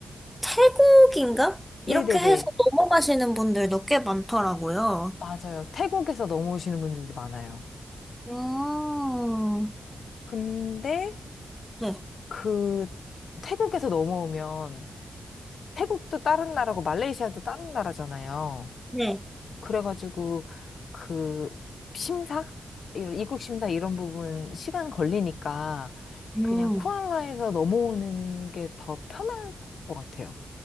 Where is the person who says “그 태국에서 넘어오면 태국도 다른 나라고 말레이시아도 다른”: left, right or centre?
Left